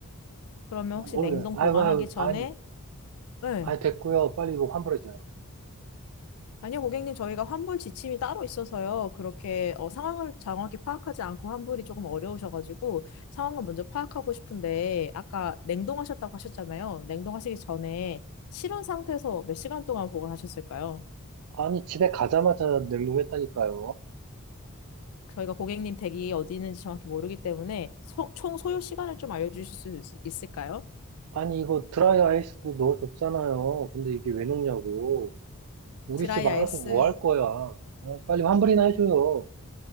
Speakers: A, on the left; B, on the right.
A: 그러면
B: 아,
A: 혹시
B: 모르겠
A: 냉동
B: 아유,
A: 보관하기
B: 아유,
A: 전에
B: 아니,
A: 네.
B: 아니, 됐고요. 빨리 이거 환불해줘요.
A: 아니요, 고객님, 저희가 환불 지침이 따로 있어서요. 그렇게 어, 상황을 정확히 파악하지 않고 환불이 조금 어려우셔가지고 상황을 먼저 파악하고 싶은데 아까 냉동하셨다고 하셨잖아요. 냉동하시기 전에 실온 상태에서 몇 시간 동안 보관하셨을까요?
B: 아니, 집에 가자마자 냉동했다니까요.
A: 저희가 고객님 댁이 어디 있는지 정확히 모르기 때문에 소- 총 소요 시간을 좀 알려주실 수 있- 있을까요?
B: 아니, 이거 드라이 아이스도 넣어줬잖아요. 근데 이게 왜 넣냐고. 우리
A: 드라이
B: 집 알아서
A: 아이스
B: 뭐 할 거야. 아, 빨리 환불이나 해줘요.